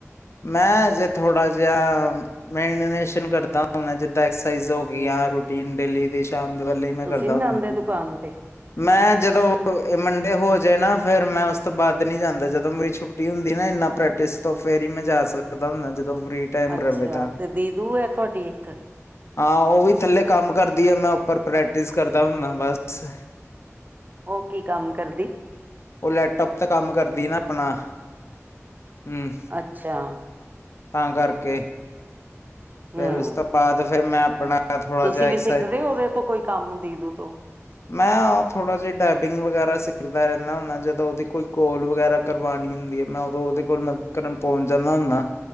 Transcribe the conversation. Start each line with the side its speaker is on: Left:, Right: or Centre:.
Left: ਮੈਂ, ਹਜੇ ਥੋੜਾ ਜੇਆ ਮੈਂ ਐਨੀਮੇਸ਼ਨ ਕਰਦਾ। ਜਿੱਦਾਂ ਐਕਸਰਸਾਈਜ਼ ਹੋ ਗਿਆ, ਰੂਟੀਨ ਡੇਲੀ ਦੀ। ਦੰਦ ਵਾਲੀ ਮੈਂ
Right: ਤੁਸੀਂ
Left: ਕਰਦਾ
Right: ਨੀ
Left: ਹੁੰਦਾ।
Right: ਜਾਂਦੇ ਦੁਕਾਨ ਤੇ
Left: ਮੈਂ ਜਦੋਂ ਏ, ਮੰਡੇ ਹੋ ਜੇ ਨਾ, ਫੇਰ ਮੈਂ ਉਸ ਤੋਂ ਬਾੱਧ ਨੀ ਜਾਂਦਾ। ਜਦੋਂ ਮਰੀ ਛੁੱਟੀ ਹੁੰਦੀ ਨਾ, ਇੰਨਾ ਪ੍ਰੈਕਟਿਸ ਤੋਂ ਫੇਰ ਈ, ਮੈਂ ਜਾ ਸਕਦਾ ਹੁੰਨਾ। ਜਦੋਂ ਫਰੀ ਟਾਈਮ
Right: ਅੱਛਾ,
Left: ਰਵੇ ਤਾਂ
Right: ਤੇ ਦੀਦੂ ਹੈ, ਤੁਆਡੀ ਇੱਕ।
Left: ਹਾਂ, ਔ ਵੀ ਥੱਲੇ ਕੰਮ ਕਰਦੀ ਐ। ਮੈਂ ਉੱਪਰ ਪ੍ਰੈਕਟਿਸ ਕਰਦਾ ਹੁੰਨਾ, ਬਸ।
Right: ਓਹ ਕੀ ਕੰਮ ਕਰਦੀ?
Left: ਓ ਲੈਟਟੋਪ ਤੇ ਕੰਮ ਕਰਦੀ ਨਾ ਆਪਣਾ, ਹੁੰ।
Right: ਅੱਛਾ
Left: ਤਾਂ ਕਰਕੇ। ਫੇਰ
Right: ਹਮ
Left: ਉਸ ਤੋਂ, ਬਾਅਦ ਫੇਰ ਮੈਂ ਆਪਣਾ ਥੋੜਾ
Right: ਤੁਸੀਂ
Left: ਜਿਹਾ
Right: ਵੀ
Left: ਐਕਸਰ
Right: ਸਿੱਖਦੇ ਔ, ਉਦੇ ਤੋਂ ਕੋਈ ਕੰਮ ਦੀਦੂ ਤੋਂ?
Left: ਮੈਂ ਔ ਥੋੜਾ ਜਿਆ ਟੈਪਿੰਗ ਵਗੈਰਾ ਸਿੱਖਦਾ ਰੈੱਨਾ ਹੁੰਨਾ, ਜਦੋਂ ਉਦੀ ਕੋਈ ਕੋਲ ਵਗੈਰਾ। ਕਰਵਾਣੀ ਹੁੰਦੀ ਏ, ਮੈਂ ਉਦੋਂ ਉਦੇ ਕੋਲ ਮ ਕਰਨ ਪੋਂਚ ਜਾਂਨਾ ਹੁੰਨਾ।